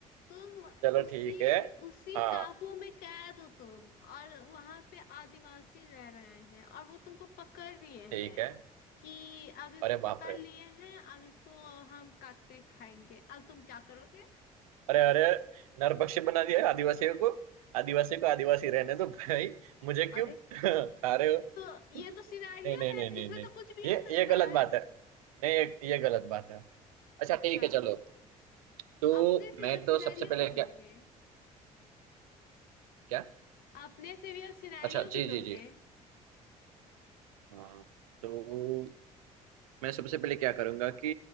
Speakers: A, on the left; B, on the right.
A: तुम
B: चलो
A: उसी
B: ठीक है
A: उसी
B: हाँ
A: टापू में कैद हो तुम और वहां पे आदिवासी रह रहे हैं और वो तुमको पकड़ लिए
B: ठीक
A: हैं
B: है
A: कि अब इसको
B: अरे बाप
A: पकड़
B: रे
A: लिए हैं अब इसको हम काट के खाएंगे अब तुम क्या करोगे
B: अरे अरे नरभक्षी बना दिया है आदिवासियों को आदिवासी को आदिवासी रहने दो भाई मुझे
A: अरे
B: क्यों <laughs> खा रहे हो
A: तो ये
B: नहीं
A: तो सिनारियो
B: नहीं
A: है
B: नहीं नहीं
A: इसमें
B: नहीं
A: तो कुछ भी हो
B: ये
A: सकता
B: ये गलत
A: है
B: बात है नहीं ये ये गलत बात है अच्छा
A: अच्छा
B: ठीक है चलो तो
A: अपने से
B: मैं
A: ही अब
B: तो
A: सिनारियो
B: सबसे पहले
A: भी लोगे
B: क्या क्या
A: अपने से भी अब सिनारियो
B: अच्छा
A: भी
B: जी
A: लोगे
B: जी जी हाँ तो मैं सबसे पहले क्या करूंगा कि